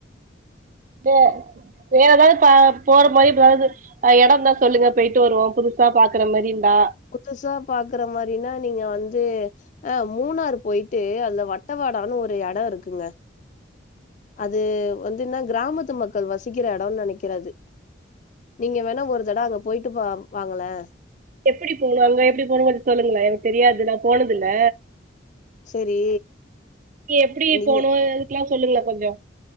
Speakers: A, on the right; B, on the left.
A: வே வேற எதாது பா போற மாரி ஏதாவது அஹ் எடந்தா சொல்லுங்க போயிட்டு வருவோ புதுசா பாக்குற மாரி இருந்தா
B: புதுசா பாக்குற மாரினா நீங்க வந்து அங் மூணார் போயிட்டு அதுல வட்டவாடான்னு ஒரு எடோ இருக்குங்க அது வந்துன்னா கிராமத்து மக்கள் வசிக்கிற எடோன் நெனைக்கிறே அது நீங்க வேணா ஒரு தட அங்க போயிட்டு பா வாங்களே
A: எப்புடி போவணு அங்க எபுடி போணும் கொஞ் சொல்லுங்ளே எனக்கு தெரியாது நா போனதில்ல
B: சரி
A: எப்டி
B: நீங்க
A: போனு எனுக்கெல்லா சொல்லுங்க கொஞ்சோ